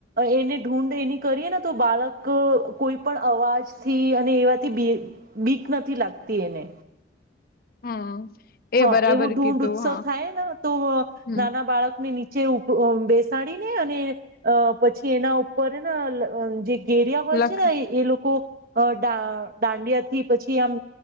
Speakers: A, on the right; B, on the left.
A: એને ઢૂઢ એની કરીએ ને તો બાળક કોઈ પણ અવાજથી અને એવાથી બીક નથી લાગતી એને
B: હા.
A: હા
B: એ બરાબર
A: એવું ઢૂંઢ
B: કીધું
A: ઉત્સવ થાય ને તો
B: હમ
A: નાના બાળક ને નીચ છે. સાડીને અને અ પછી એના ઉપર ને જે ગેરિયા હોય
B: લખ
A: છે ને એ લોકો અ દાંડિયાથી પછી આમ